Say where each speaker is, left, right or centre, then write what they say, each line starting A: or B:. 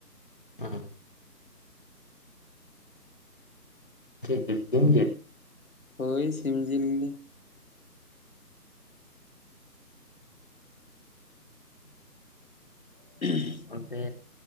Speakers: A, on the left; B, on the left.
A: ᱚᱻ ᱪᱮᱫ ᱡᱮᱞ ᱥᱤᱢ ᱡᱮᱞ?
B: ᱦᱳᱭ ᱥᱤᱢ ᱡᱤᱞ ᱜᱮ᱾ <unintelligible>
A: ᱚᱱᱛᱮ